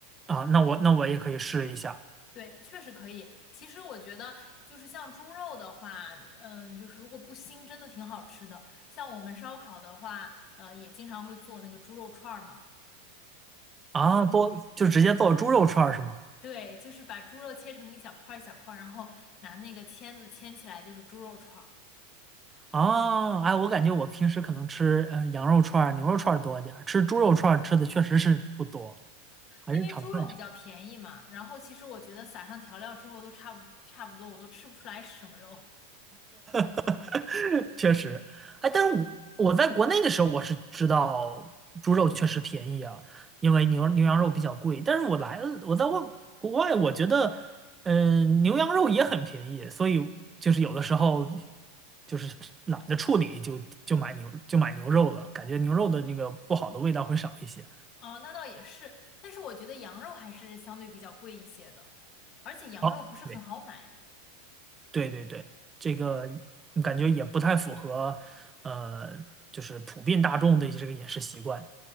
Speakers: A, on the right; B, on the left.
A: 啊，那我那我也可以试一下
B: 对，确实可以。其实我觉得，就是像猪肉的话，嗯，就是如果不腥，真的挺好吃的。像我们烧烤的话，呃，也经常会做那个猪肉串儿嘛，就特别好吃。
A: 啊，多就直接做猪肉串儿是吗？
B: 对，就是把猪肉切成一小块儿一小块儿，然后拿那个签子签起来，就是猪肉串儿。
A: 啊，哎，我感觉我平时可能吃呃羊肉串儿、牛肉串儿多一点儿，吃猪肉串儿吃的确实是不多，还是炒菜吃。
B: 因为猪肉比较便宜嘛，然后其实我觉得撒上调料之后都差不差不多，我都吃不出来是什么肉。
A: <laughs> 确实，哎，但是我我在国内的时候，我是知道猪肉确实便宜啊，因为牛牛羊肉比较贵。但是我来了，我在外国外，我觉得，嗯、牛羊肉也很便宜，所以就是有的时候就是懒得处理就，就买牛就买牛肉了，感觉牛肉的那个不好的味道会少一些。
B: 哦，那倒也是，但是我觉得羊肉还是相对比较贵一些的，而且羊肉不是很好买。
A: 哦，对对对对，这个感觉也不太符合，呃，就是普遍大众的这个饮食习惯。